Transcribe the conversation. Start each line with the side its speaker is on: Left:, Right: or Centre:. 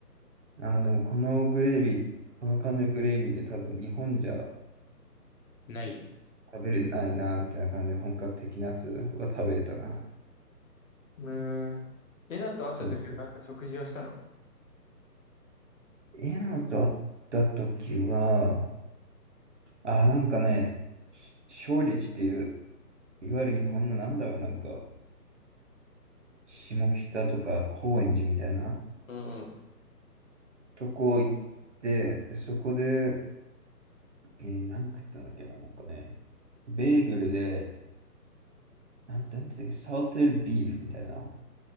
Right: あー、でもこのグレービー、この感じのグレービーって多分日本じゃ
Left: ない。
Right: 食べれないな、みたいな感じで本格的なやつは食べれたな。
Left: ねえ。えなと会った時はなんか食事をしたの
Right: そうそうそう。エナと会った時は、あ、なんかね、勝立っていう、いわゆる日本のなんだろう、なんか、下北とか高円寺みたいな
Left: うんうん。
Right: とこ行って、でそこで、えー、何食ったんだっけな、なんかね、ベーグルで、なん、なんていうんだっけ、サウテルビーフみたいな、